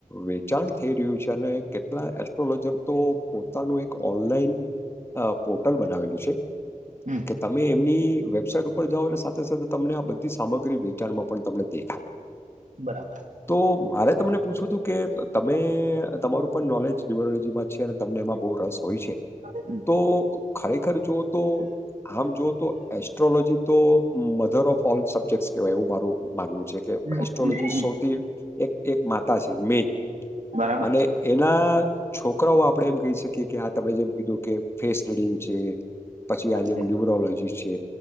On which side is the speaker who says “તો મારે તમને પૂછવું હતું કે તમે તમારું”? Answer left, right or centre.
Left